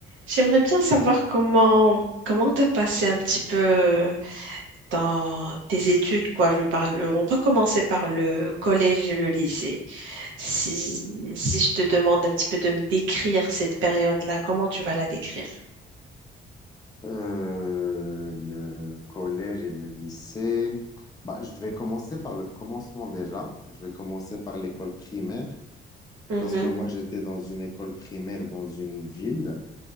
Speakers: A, on the right (about 80°); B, on the left (about 20°).
A: J'aimerais bien savoir comment comment t'as passé un petit peu euh, dans tes études, quoi. Je parle, on va commencer par le collège et le lycée. Si, si je te demande un petit peu de me décrire cette période-là, comment tu vas la décrire?
B: Euh, le collège et le lycée. Bah, je vais commencer par le commencement déjà. Je vais commencer par l'école primaire
A: Mhm,
B: parce que moi, j'étais dans une école primaire dans une ville.